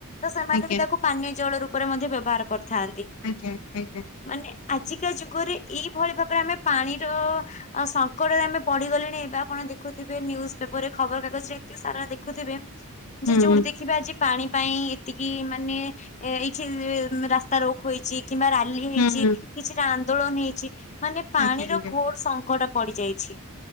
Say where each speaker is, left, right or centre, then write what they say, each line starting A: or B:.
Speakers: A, on the left; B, on the left.
A: ତ ସେମାନେ
B: ଆଜ୍ଞା
A: ବି ତାକୁ ପାନୀୟ ଜଳ ରୂପରେ ମଧ୍ୟ ବ୍ୟବହାର କରିଥାନ୍ତି।
B: ଆଜ୍ଞା ଆଜ୍ଞା।
A: ମାନେ ଆଜିକା ଯୁଗରେ ଏଇଭଳି ଭାବେ ଆମେ ପାଣିର ଆ ସଙ୍କଟରେ ଆମେ ପଡିିଗଲେଣି ଏବେ ଆପଣ ଦେଖୁଥିବେ ନ୍ୟୁଜ୍ ପେପରରେ ଖବରକାଗଜରେ ଏତେ ଏ ସାରା ଦେଖୁଥିବେ
B: ହୁଁ
A: ଯେ ଯୋଉଠି ଦେଖିବେ ଆଜି ପାଣି ପାଇଁ ଏ ଏତିକି ମାନେ ଏଇ ଯୋଉ ଉଁ ରାସ୍ତା ରୋକ୍ ହୋଇଚି କିମ୍ବା ରାଲି ହେଇଚି
B: ହୁଁ
A: କିଛି ଟା ଆନ୍ଦୋଳନ ହେଇଛି ମାନେ ପାଣିର
B: ଆଜ୍ଞା ଆଜ୍ଞା।
A: ଘୋର ଶଙ୍କଟ ପଡିଯାଇଛି।